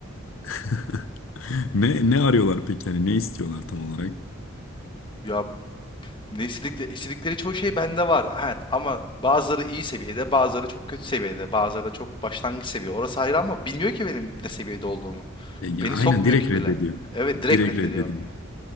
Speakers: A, on the left; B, on the left.
A: <laughs> Ne ne arıyorlar peki yani ne istiyorlar tam olarak?
B: Ya ne istedikleri, istedikleri çoğu şey bende var. Ha, ama bazıları iyi seviyede, bazıları çok kötü seviyede, bazıları da çok başlangıç seviye. Orası ayrı ama bilmiyor ki benim ne seviyede olduğumu.
A: E, ya
B: Beni
A: aynen
B: sokmuyor
A: direkt
B: ki
A: reddediyor.
B: bile. Evet direkt
A: Direkt
B: reddediyor.
A: reddediyor.